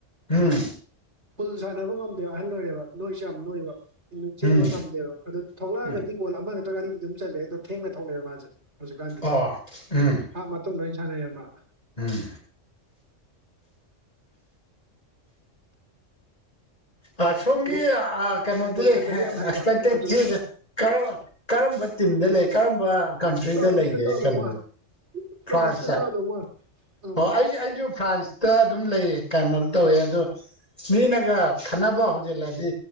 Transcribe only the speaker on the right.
ꯐꯜ ꯁꯥꯟꯅꯕ ꯉꯝꯗꯦꯕ ꯑꯍꯜ ꯂꯣꯏꯔꯦꯕ ꯅꯣꯏꯁꯨ ꯌꯥꯝ ꯅꯣꯏꯕ ꯆꯦꯟꯕ
ꯉꯝꯗꯦꯕ ꯑꯗꯣ ꯊꯣꯛꯂꯛꯑꯒꯗꯤ
ꯒꯣꯜ ꯑꯃ ꯅꯠꯇ꯭ꯔꯒ ꯑꯅꯤꯗꯤ ꯑꯗꯨꯝ ꯆꯟꯂꯦ ꯑꯗꯣ ꯊꯦꯡꯅ ꯊꯣꯛꯂꯛꯑꯦꯕ ꯃꯥꯁꯦ ꯍꯧꯖꯤꯛꯀꯥꯟꯗꯤ
ꯍꯥꯞ ꯃꯇꯨꯡꯗ ꯑꯣꯏ ꯁꯥꯟꯅꯩꯌꯦꯕ ꯃꯥ
ꯃꯥ
ꯒꯣꯜ ꯆꯟꯕꯗꯤ
ꯌꯥꯝ ꯍꯩꯕ
ꯑꯗꯨ
ꯐ꯭ꯔꯥꯟꯁꯇ
ꯀꯥꯗꯧ
ꯃꯥꯜꯂꯦ ꯐ꯭ꯔꯥꯟꯁꯇ
ꯀꯥꯗꯧ ꯃꯥꯜꯂꯦ ꯑꯥ